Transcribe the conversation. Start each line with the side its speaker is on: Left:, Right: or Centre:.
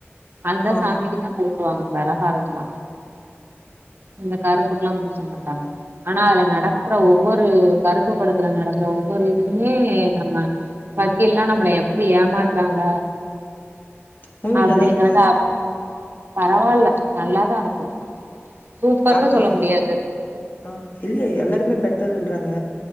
Right: அந்தா
Left: ஆ
Right: சாமிக்கு தா பூசுவாங்க மெளகாய் அரைச்சுலா இந்த கருப்புக்கெல்லா பூச மாட்டாங்க ஆனா அதுல நடக்கற ஒவ்வொரு கருப்பு படத்துல நடக்கற ஒவ்வொரு இதுமே நம்ம வக்கீல்லா நம்மள எப்பிடி ஏமாத்துறாங்க
Left: மூவி
Right: அப்டிங்கறத
Left: நல்லா இருக்கா
Right: <unintelligible> பரவால்ல நல்லாதா இருக்கு சூப்பர்னு
Left: பாக்கலாம்
Right: சொல்ல முடியாது
Left: ஆ இல்ல எல்லாருமே பெட்டர்ன்றாங்க